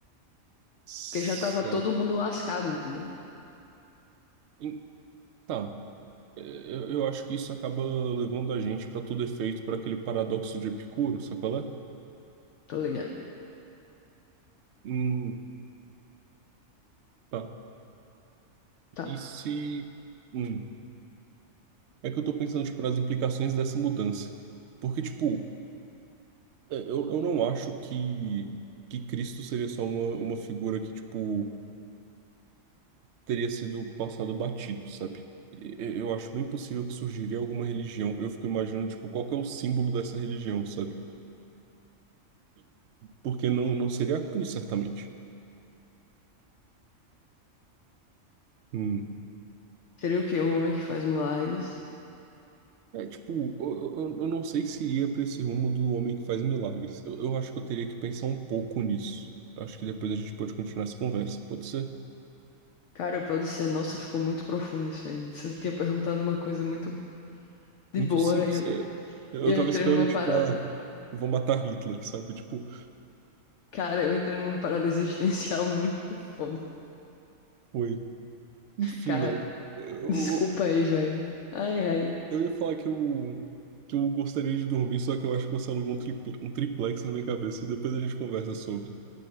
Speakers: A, on the right; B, on the left.
A: certo.
B: Porque já tava todo mundo lascado, entendeu?
A: Em- tá, É, eu, eu acho que isso acaba levando a gente para todo efeito para aquele paradoxo de Epicuro, sabe qual é?
B: Tô ligado,
A: Hum, tá.
B: tá?
A: E se. Hum, é que eu tô pensando, tipo, nas implicações dessa mudança. Porque, tipo, é, eu, eu não acho que, que Cristo seria só uma, uma figura que, tipo. teria sido passado batido, sabe? E- e- Eu acho bem possível que surgiria alguma religião. Eu fico imaginando, tipo, qual que é o símbolo dessa religião, sabe? Porque não, não seria a cruz, certamente. Hum.
B: Seria o quê? Um homem que faz milagres.
A: É, tipo, eu, eu, eu não sei se iria para esse rumo do homem que faz milagres. Eu, eu acho que eu teria que pensar um pouco nisso. Acho que depois a gente pode continuar essa conversa. Pode ser?
B: Cara, pode ser. Nossa, ficou muito profundo isso aí. Você tinha perguntado uma coisa muito de
A: Muito
B: boa.
A: simples.
B: Eu,
A: É, eu
B: eu
A: tava
B: entrei
A: esperando,
B: numa
A: tipo,
B: parada.
A: ah, vou matar Hitler, sabe? Tipo,
B: Cara, eu entrei numa parada existencial muito <laughs> foda.
A: oi. Enfim,
B: Cara,
A: velho. Eu,
B: desculpa aí, velho. Ai, ai.
A: Eu ia falar que eu, que eu gostaria de dormir, só que eu acho que você alugou um tripl- um triplex na minha cabeça. Depois a gente conversa sobre.